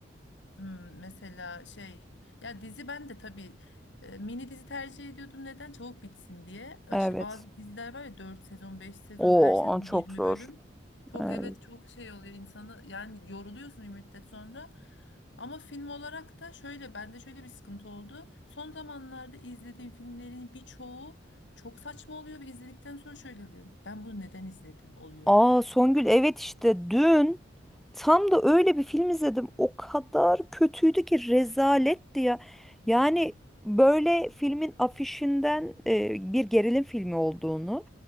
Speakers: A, on the left (about 70°); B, in the centre.
A: Hmm, mesela şey ya dizi ben de tabii e, mini dizi tercih ediyordum neden çabuk bitsin diye.
B: Evet.
A: İşte bazı diziler var ya 4 sezon 5 sezon
B: Oo,
A: her sezon
B: o çok
A: 20
B: zor.
A: bölüm. Çok
B: Evet.
A: evet çok şey oluyor insanı yani yoruluyorsun bir müddet sonra. Ama film olarak da şöyle bende şöyle bir sıkıntı oldu. Son zamanlarda izlediğim filmlerin birçoğu çok saçma oluyor ve izledikten sonra şöyle oluyorum. Ben bunu neden izledim oluyorum.
B: Aa Songül evet işte dün tam da öyle bir film izledim. O kadar kötüydü ki rezaletti ya. Yani böyle filmin afişinden e, bir gerilim filmi olduğunu